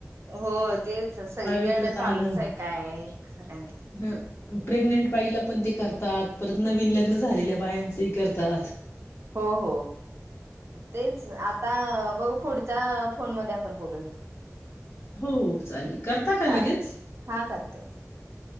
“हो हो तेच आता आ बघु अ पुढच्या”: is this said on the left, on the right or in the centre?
Right